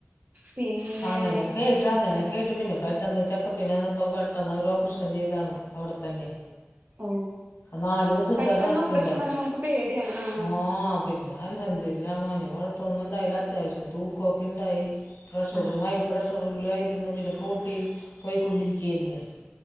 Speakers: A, on the right; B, on the left.
A: പിന്നെ
B: അങ്ങനെയൊക്കെ ഇട്ട് അങ്ങനെ കേട്ട് പിന്നെ പെട്ടെന്ന് ചെക്കപ്പിന്‌ ചെന്നെപ്പോ പെട്ടെന്ന് അവര് ഓപ്പ്റഷം ചെയ്തതാണ് അവിടെത്തന്നെ
A: ഓ
B: നാലൂസത്തെ
A: പെട്ടെന്ന്
B: ഡ്രസ്റ്റ്ണ്ടായി
A: ഓപ്പറേഷൻ പറയുമ്പോ നമുക്ക് പേടിയാണ് ആഹ്
B: ആ പിന്നെ അൽഹംദുരില്ലാ മോന് കൊഴപ്പൊന്നും ഉണ്ടായില്ല അത്യാവശ്യം തൂക്കൊക്കെണ്ടായി പ്രഷറ്
A: ആഹ്
B: ഹൈ പ്രഷറിലായിര്ന്ന് പിന്നെ പ്രോട്ടീൻ പോയിക്കൊണ്ടിരിക്കേയിരുന്നേ